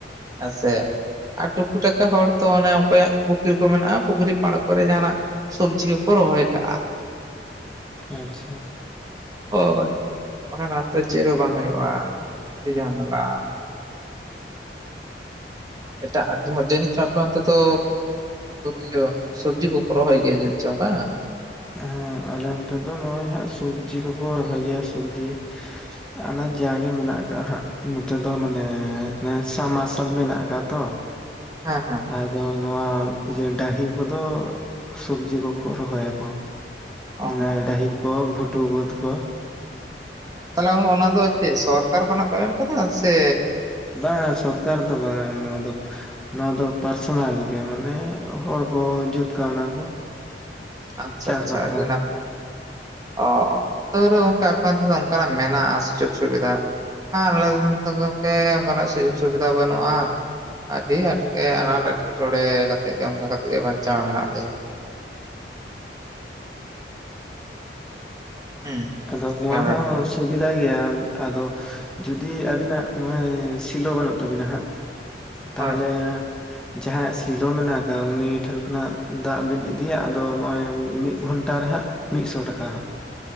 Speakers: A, on the right (about 20°); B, in the centre.
A: ᱟᱪᱪᱮ ᱟᱨ ᱴᱩ <unintelligible> ᱟᱛᱳ ᱛᱟᱞᱟ ᱦᱚᱲ ᱛᱚ ᱚᱱᱮ ᱚᱠᱚᱭᱟᱜ ᱯᱩᱠᱷᱨᱤ ᱠᱚ ᱢᱮᱱᱟᱜᱼᱟ ᱯᱩᱠᱷᱨᱤ ᱯᱟᱲ ᱠᱚᱨᱮ ᱡᱟᱦᱟᱱᱟᱜ ᱥᱚᱵᱽᱡᱤ ᱠᱚ ᱠᱚ ᱨᱚᱦᱚᱭ ᱠᱟᱜᱼᱟ
B: ᱟᱪᱪᱷᱟ
A: ᱦᱳᱭ ᱚᱱᱟᱛᱮ ᱪᱮᱫᱦᱚᱸ ᱵᱟᱝ ᱦᱩᱭᱩᱜᱼᱟ ᱟᱹᱰᱤ ᱡᱷᱟᱢᱮᱞᱟ ᱮᱴᱟ ᱟ ᱢᱚᱡᱮ ᱱ ᱪᱯᱛ ᱛᱚ ᱤᱭᱟᱹᱼᱼ ᱥᱚᱵᱽᱡᱤ ᱠᱚᱠᱚ ᱨᱚᱦᱚᱭ ᱜᱮᱭᱟ ᱡᱤᱱᱤᱡ ᱪᱚ ᱵᱟᱝ
B: ᱦᱮᱸ ᱟᱞᱮ ᱚᱱᱛᱮ ᱫᱚ ᱱᱚᱜᱼᱚᱭ ᱦᱟᱸᱜ ᱥᱚᱵᱽᱡᱤ ᱠᱚᱠᱚ ᱨᱚᱦᱚᱭ ᱜᱮᱭᱟ ᱥᱚᱵᱽᱡᱤ ᱚᱱᱮ ᱡᱟ ᱜᱮ ᱢᱮᱱᱟᱜ ᱟᱠᱟᱜ ᱦᱟᱸᱜ ᱱᱚᱛᱮ ᱫᱚ ᱢᱟᱱᱮ ᱥᱟ ᱢᱟᱨᱟᱨᱥᱟᱞ ᱢᱮᱱᱟᱜ ᱟᱠᱟᱜ ᱛᱚ᱾
A: ᱦᱮᱸ ᱦᱮᱸ ᱦᱮᱸ
B: ᱟᱫᱚ ᱱᱚᱣᱟ ᱤᱭᱟᱹ ᱰᱟᱹᱦᱤ ᱠᱚᱫᱚ ᱥᱚᱵᱽᱡᱤ ᱠᱚᱠᱚ ᱨᱚᱦᱚᱭᱟᱠᱚ᱾
A: ᱚ
B: ᱱᱟ ᱰᱟᱹᱦᱤ ᱠᱚ ᱜᱷᱩᱴᱩ ᱵᱟᱹᱛ ᱠᱚ
A: ᱛᱟᱦᱚᱞᱮ ᱚᱱᱟ ᱫᱚ ᱪᱮᱫ ᱥᱚᱨᱠᱟᱨ ᱠᱷᱚᱱᱟᱜ ᱠᱚ ᱮᱢ ᱠᱟᱫᱟ ᱥᱮᱼᱼ
B: ᱵᱟᱝᱟ ᱥᱚᱨᱠᱟᱨ ᱫᱚ ᱵᱟᱝᱟ ᱱᱚᱣᱟ ᱫᱚᱼᱼ ᱱᱚᱣᱟ ᱫᱚ ᱯᱟᱨᱥᱚᱱᱟᱞ ᱜᱮ ᱢᱟᱱᱮ ᱦᱚᱲ ᱠᱚ ᱡᱩᱛ ᱠᱟᱣᱱᱟ ᱠᱚ
A: ᱟᱪᱪᱷᱟ
B: ᱪᱟᱥ
A: ᱟᱪᱪᱷᱟ
B: ᱵᱟᱠᱷᱨᱟ
A: ᱟᱹᱰᱤ ᱱᱟᱯᱟᱭ ᱚ ᱛᱟᱣ ᱨᱮ ᱚᱱᱠᱟ ᱟᱯᱮ ᱚᱱᱛᱚᱮ ᱚᱱᱠᱟᱱᱟᱜ ᱢᱮᱱᱟᱜᱼᱟ ᱥᱩᱡᱳᱜᱽ ᱥᱩᱵᱤᱫᱷᱟ ᱦᱮ ᱟᱞᱮ ᱫᱚ ᱱᱚ ᱜᱚᱢᱠᱮ ᱚᱱᱠᱟᱱᱟᱜ ᱥᱩᱡᱳᱜᱽ ᱥᱩᱵᱤᱫᱷᱟ ᱵᱟᱹᱱᱩᱜᱼᱟ ᱟᱹᱰᱤ ᱟᱸᱴᱠᱮ ᱟᱱᱟᱴ ᱮᱴᱠᱮᱴᱚᱬᱮ ᱠᱟᱛᱮ ᱜᱮ ᱚᱱᱠᱟ ᱠᱟᱛᱮ ᱜᱮ ᱵᱟᱧᱪᱟᱣ ᱢᱮᱱᱟᱜ ᱞᱮᱭᱟ ᱦᱩᱸ
B: ᱟᱫᱚ ᱱᱚᱣᱟ
A: ᱵᱮᱯᱟᱨ
B: ᱦᱚᱸ ᱥᱩᱵᱤᱫᱟ ᱜᱮᱭᱟ ᱟᱫᱚ ᱡᱩᱫᱤ ᱟᱵᱤᱱᱟᱜ ᱱᱚᱜᱼᱚᱭ ᱥᱤᱞᱚ ᱵᱟᱹᱱᱩᱜ ᱛᱟᱵᱤᱱᱟ ᱦᱟᱸᱜ ᱛᱟᱦᱚᱞᱮ
A: ᱦᱳᱭ
B: ᱡᱟᱦᱟᱸᱭᱟᱜ ᱥᱤᱞᱚ ᱢᱮᱱᱟᱜ ᱟᱠᱟᱫ ᱩᱱᱤ ᱴᱷᱮᱱ ᱠᱷᱚᱱᱟᱜ ᱫᱟᱜ ᱵᱤᱱ ᱤᱫᱤᱭᱟ ᱟᱫᱚ ᱱᱚᱜ ᱚᱭ ᱢᱤᱫ ᱜᱷᱚᱱᱴᱟ ᱨᱮᱦᱟᱸ ᱢᱤᱫᱥᱚ ᱴᱟᱠᱟ ᱦᱟᱸᱜ